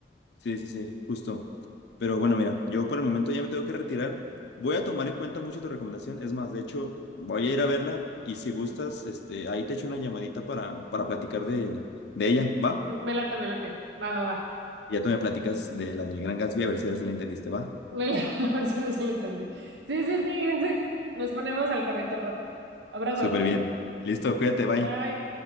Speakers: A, on the left (about 70°); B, on the right (about 75°).
A: Sí, sí, sí, justo. Pero bueno, mira, yo por el momento ya me tengo que retirar. Voy a tomar en cuenta mucho tu recomendación. Es más, de hecho, voy a ir a verla y si gustas, este, ahí te echo una llamadita para, para platicar de, de ella, ¿va?
B: M- Me late, me late. Va, va, va.
A: Y ya tú me platicas de la del Gran Gatsby, a ver si ahora sí la entendiste, ¿va?
B: Me la- <laughs> Ahora sí sí lo entendí. Sí, sí, sí, sí. Nos ponemos al corriente al rato. Abrazo.
A: Súper bien. Listo, cuídate, bye.
B: Bye.